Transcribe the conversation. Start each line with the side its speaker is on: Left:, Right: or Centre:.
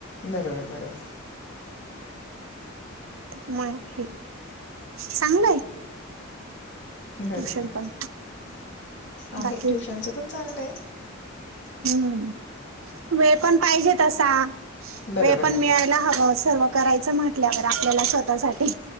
Left: बरोबर बरोबर
Right: म हे चांगलंय.
Left: बरोबर.
Right: ट्यूशन पण
Left: आहे
Right: बाकी
Left: पण चांगलंय.
Right: हम्म वेळ पण पाहिजे तसा
Left: बरोबर
Right: वेळ पण
Left: आहे.
Right: मिळायला हवं सर्व करायचं म्हटल्या वर आपल्याला स्वतःसाठी